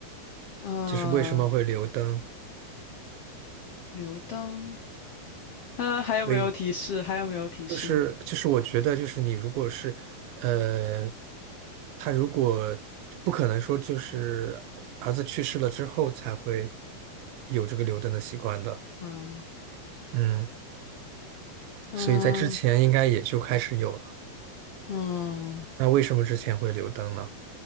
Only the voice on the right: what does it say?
就是为什么会留灯？
对，
就是就是我觉得就是你如果是呃，他如果不可能说就是儿子去世了之后才会有这个留灯的习惯的，
嗯，
所以在之前应该也就开始有了。
那为什么之前会留灯呢？